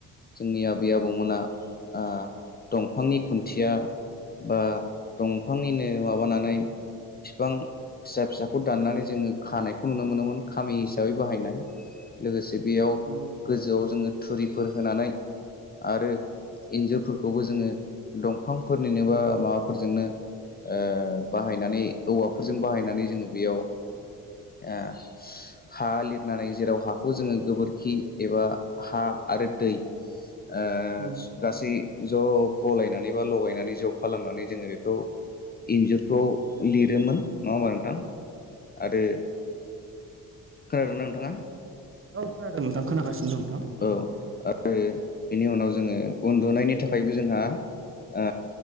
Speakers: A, on the left; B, on the right.
A: जोंनि आबै आबौमोना ओ दंफांनि खुन्थिया। बा दंफांनिनो माबानानै। बिफां फिसा-फिसाखौ दाननानै जोङो खानायखौ नुनो मोनोमोन खामि हिसाबै बाहायनाय। लोगोसे बेयाव
B: नंगौ
A: गोजौआव जोङो थुरिफोर होनानै। आरो इन्जुरफोरखौबो जोङो दंफांफोरनिनो बा माबाफोरजोंनो। ओ बाहायनानै औवाफोरजों बाहायनानै जोङो बेयाव। ओ हा लिरनानै जेराव हाखौ जोङो गोबोरखि एबा हा आरो दै। ओ
B: नंगौ
A: गासै ज' गलायनानै बा लगायनानै ज' खालामनानै जोङो बेखौ। इन्जुरफ्राव लिरोमोन नङा ओमबा थां आरो खोनादोंना नोंथाङा?
B: औ खोनादों नोंथां खोनागासिनो नोंथां दं।
A: औ आरो बेनि उनाव जोङो उन्दुनायनि थाखायबो जोंहा। ओ